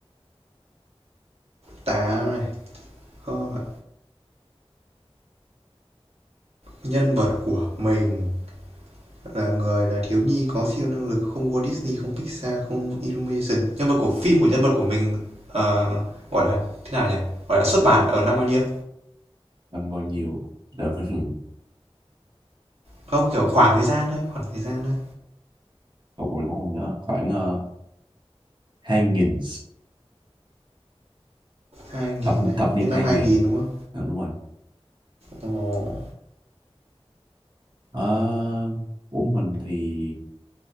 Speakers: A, on the right; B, on the right.
A: Táo này Kho- Nhân vật của mình Là người là thiếu nhi có siêu năng lực Không Walt Disney, không Pixar, không Illumination Nhân vật của phim của nhân vật của mình ờ, Gọi là thế nào nhỉ Gọi là xuất bản ở năm bao nhiêu
B: Anh bao nhiêu. Để mình... <laughs>
A: Không kiểu khoảng thời gian thôi Khoảng thời gian thôi
B: Một mình cũng không nhớ. Khoảng uh, hai nghìn
A: hai nghìn
B: Thập,
A: đấy
B: thập niên
A: Những
B: 2000.
A: năm hai nghìn đúng không
B: Ờ, đúng rồi.
A: Ồ,
B: Ờ, của mình thì...